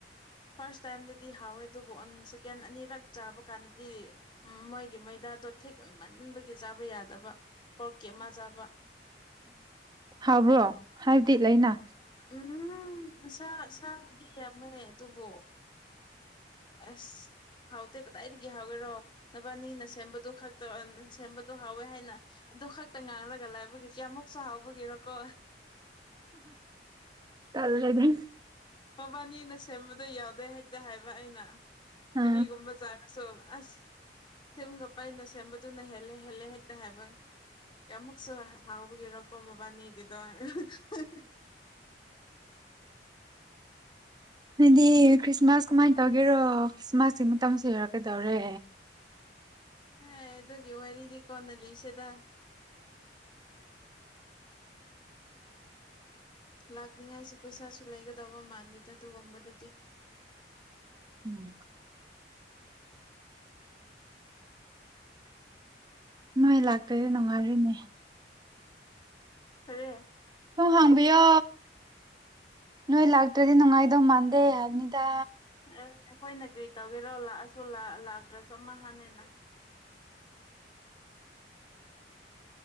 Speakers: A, on the left; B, on the right.
A: ꯐꯥꯔꯁ ꯇꯥꯏꯝꯗꯗꯤ ꯍꯥꯎꯋꯦ ꯑꯗꯨꯕꯨ ꯁꯦꯀꯦꯟ ꯑꯅꯤꯔꯛ ꯆꯥꯕ ꯀꯥꯟꯗꯗꯤ ꯃꯣꯏꯒꯤ ꯃꯣꯏꯗꯥꯗꯣ ꯊꯤꯛ ꯑꯣꯏꯃꯟꯕꯒꯤ ꯆꯥꯕ ꯌꯥꯗꯕ ꯑꯣꯀꯦꯃꯖꯕ
B: ꯍꯧꯕ꯭ꯔꯣ ꯍꯥꯏꯕꯗꯤ ꯂꯩꯅꯥ
A: ꯎꯝ ꯁꯥ ꯁꯥꯕꯗꯤ ꯌꯥꯝꯃꯦ ꯇꯨꯕꯣ ꯑꯁ ꯍꯥꯎꯇꯦ ꯀꯗꯥꯏꯗꯒꯤ ꯍꯥꯎꯋꯦꯔꯣ ꯅꯕꯥꯅꯤꯅ ꯁꯦꯝꯕꯗꯨ ꯈꯛꯇ ꯁꯦꯝꯕꯗ ꯍꯥꯎꯋꯦ ꯍꯥꯏꯅ ꯑꯗꯨ ꯈꯛꯇ ꯉꯥꯡꯂꯒ ꯂꯥꯏꯕꯒꯦ ꯀꯌꯥꯃꯨꯛꯁꯨ ꯍꯥꯎꯕꯒꯤꯔꯣꯀꯣ
B: ꯇꯜꯂꯦꯗ
A: ꯃꯕꯥꯅꯤꯅ ꯁꯦꯝꯕꯗꯣ ꯌꯥꯎꯗꯦ ꯍꯥꯏ ꯗ ꯍꯥꯏꯕ ꯑꯩꯅ ꯑꯣ <unintelligible> ꯀꯔꯤꯒꯨꯝꯕ
B: ꯑ
A: ꯆꯥ ꯁꯣ ꯑꯁ ꯁꯦꯝꯒ ꯄꯩꯅ ꯁꯦꯝꯕꯗꯨꯅ ꯍꯦꯜꯂꯦ ꯍꯦꯜꯂꯦ ꯍꯦꯛꯇ ꯍꯥꯏꯕ ꯑꯃꯨꯛꯁꯨ ꯍꯥꯎꯈꯤꯔꯣꯀꯣ ꯃꯕꯥꯅꯤꯒꯤꯗꯣ <unintelligible> <inaudible>
B: ꯑꯗꯨꯗꯤ ꯈꯔꯤꯁꯃꯥꯁ ꯀꯃꯥꯥꯏ ꯇꯧꯒꯦꯔꯣ ꯈ꯭ꯔꯤꯁꯃꯥꯁꯁꯤ ꯃꯇꯝꯁꯨ ꯍꯔꯛꯀꯗꯧꯔꯦ
A: ꯍꯥꯏ ꯑꯗꯨꯒꯤ ꯋꯥꯔꯤꯗꯤ ꯀꯣꯟꯅꯜꯂꯤꯁꯤꯗ ꯂꯥꯛꯅꯤꯡꯉꯥꯏꯁꯨ ꯄꯩꯁꯥꯁꯨ ꯂꯩꯒꯗꯧꯕ ꯃꯥꯟꯗꯦꯗ ꯑꯗꯨꯒꯨꯝꯕꯗꯨꯗꯤ
B: ꯎꯝ ꯅꯣꯏ ꯂꯥꯛꯄꯗꯤ ꯅꯨꯡꯉꯥꯏꯔꯤꯅꯦ
A: ꯀꯔꯤ
B: ꯑꯗꯨꯝ ꯍꯥꯡꯕꯤꯌꯣ ꯅꯣꯏ ꯂꯥꯛꯇ꯭ꯔꯗꯤ ꯅꯨꯡꯉꯥꯏꯗꯧ ꯃꯥꯟꯗꯦ ꯍꯥꯏꯕꯅꯤꯗ
A: ꯑꯦ ꯑꯩꯈꯣꯏꯅ ꯀꯔꯤ ꯇꯧꯒꯦꯔꯣ ꯂꯥꯛꯑꯁꯨ ꯂꯥꯛꯇ꯭ꯔꯁꯨ ꯑꯃ ꯍꯥꯟꯅꯦ ꯅꯪ